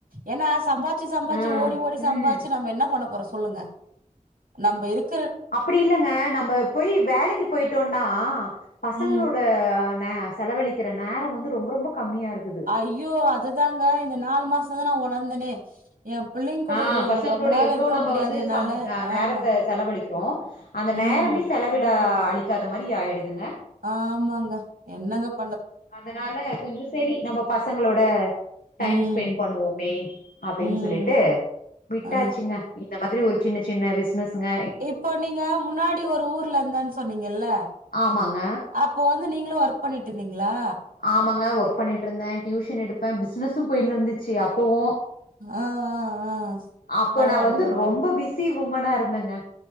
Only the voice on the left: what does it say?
ம்
அப்படி இல்லங்க நம்ம போய் வேலைக்கு போயிட்டோன்னா பசங்களோட
நா செலவலிக்கிற நேர வந்து ரொம்ப ரொம்ப கம்மியா இருக்குது
ஆ
பசங்களோட
எவ்ளோ
நம்ப
வந்து
சம் ஆ நேரத்த
செலவழிக்கிறோ அந்த நேரமே
செலவிட அழிக்காத மாரி ஆயிடுதுங்க
அதனால கொஞ்சம் சேரி நம்ம பசங்களோட டைம்
ஸ்பெண்ட் பண்ணுவோமே அப்டின்னு
சொல்லிட்டு விட்டாச்சுங்க
இந்த மாதிரி ஒரு சின்ன சின்ன விஸ் ன்னுஸ்ங்க
ஆமாங்க
ஆமாங்க ஒர்க் பண்ணிட்டு இருந்தே டியூஷன் எடுப்ப பிஸ்னஸும் போயினு இருந்துச்சு அப்பவு
அப்ப
நான் வந்து
ரொம்ப பிஸி உமனா இருந்தங்க